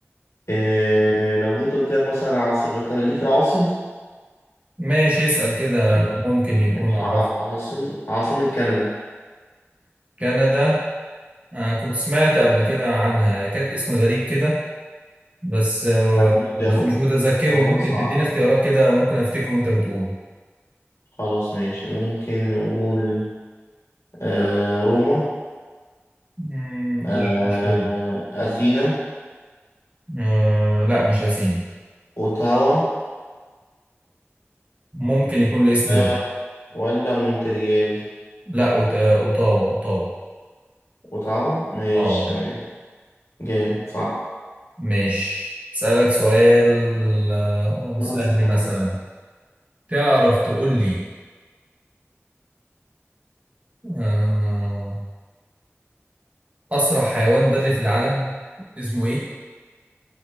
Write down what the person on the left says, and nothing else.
إيه لو جيت قلت لك مثلا عاصمة أنت ليك في العواصم؟
ماشي
ماشي
ع- عاصم عاصمة كندا
عندي اختيارات
الموضوع
صعب
خلاص ماشي ممكن نقول آه روما
آه
أثينا
أوتاوا
ولا
ولا مونتريال
أوتاوا ماشي
تمام جامد صح
ده
كان سهل